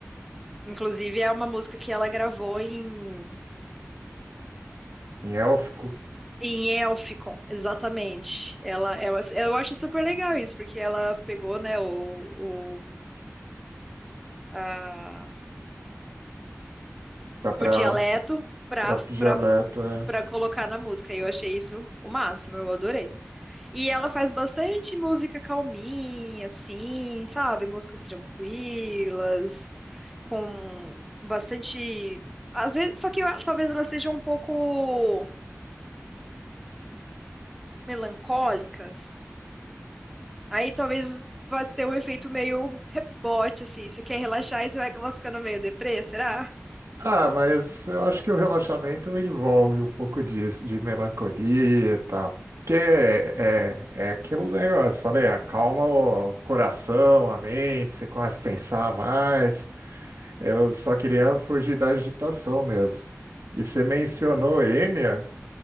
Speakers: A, in the centre; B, on the right.
A: Inclusive, é uma música que ela gravou em,
B: Em élfico,
A: em Elficon, exatamente. Ela, ela, eu acho super legal isso, porque ela pegou, né, o, ah,
B: para
A: o dialeto pra,
B: próprio dialeto,
A: pra,
B: é.
A: pra colocar na música. E eu achei isso o máximo, eu adorei. E ela faz bastante música calminha, assim, sabe? Músicas tranquilas, com bastante. Às vezes, só que eu- talvez elas sejam um pouco melancólicas. Aí talvez vai ter um efeito meio rebote, assim. Você quer relaxar e você vai acabar ficando meio deprê, será?
B: Ah, mas eu acho que o relaxamento envolve um pouco disso, de melancolia e tal. Porque é, é é aquele negócio, falei, acalma o coração, a mente, você começa a pensar mais. Eu só queria fugir da agitação mesmo. E você mencionou Enya.